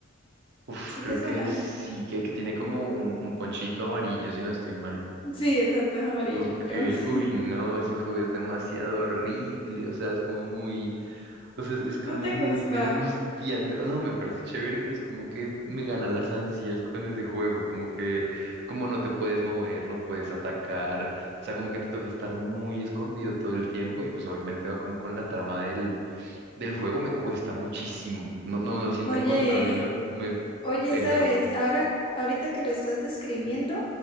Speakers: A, on the right; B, on the left.
A: Uf,
B: ¿Sí
A: creo
B: te suena?
A: que sí, que, que tiene como un, un ponchito amarillo, si no estoy mal.
B: Sí, exacto, es amarillo.
A: Ok,
B: <laughs>
A: uy, no, ese juego es demasiado horrible, o sea, es como muy... O sea, es, es como
B: No te
A: muy
B: gusta.
A: angustiante. No, me parece chévere, pero es como que me ganan las ansias con ese juego. Como que, como no te puedes mover, no puedes atacar. O sea, como que te toca estar muy escondido todo el tiempo. Y pues obviamente va como con la trama del, del juego. Me cuesta muchísimo. No, no, no me siento
B: Oye,
A: en control y me, me
B: oye,
A: peleo.
B: sabes, ahora, ahorita que lo estás describiendo,